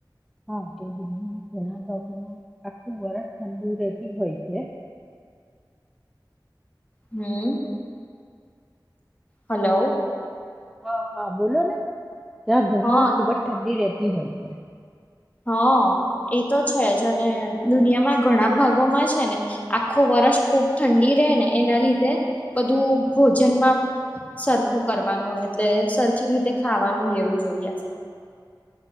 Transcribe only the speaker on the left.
હમ્મ હલો
હા
હા એ તો છે જ અને દુનિયામાં ઘણા ભાગોમાં છે ને આખું વરષ ખૂબ ઠંડી રહે ને એના લીધે બધું ભોજનમાં સરખું કરવાનું એટલે સરખી રીતે ખાવાનું લેવું જોઈએ.